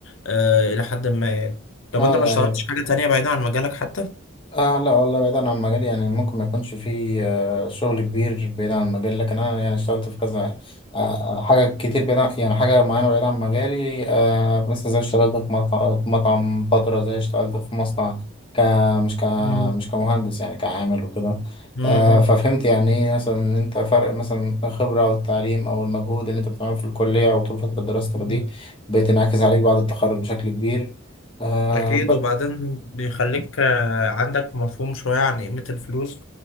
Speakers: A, on the left (about 80°); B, on the left (about 25°).
A: آه، إلى حد ما يعني طب
B: اه
A: انت ما
B: يعني
A: اشتغلتش حاجة تانية بعيدة عن مجالك حتى؟
B: آه لا والله بعيد عن مجالي يعني ممكن ما يكونش فيه آه، شغل كبير بعيد عن مجالي لكن أنا يعني اشتغلت في كذا آه، آه، حاجة كتير بعيد عن يعني حاجة معينة بعيد عن مجالي آه، مثلا زي اشتغلت في مطعم في مطعم فترة زي اشتغلت في مصنع ك مش ك
A: مم.
B: مش كمهندس يعني كعامل وكده
A: مم.
B: آه، ففهمت يعني ايه مثلا ان انت فرق مثلا الخبرة او التعليم او المجهود اللي انت بتعمله في الكلية او طول فترة دراستك
A: مم.
B: دي بتنعكس عليك بعد التخرج بشكل كبير آه،
A: أكيد وبعدين بيخليك آه، عندك مفهوم شوية عن قيمة الفلوس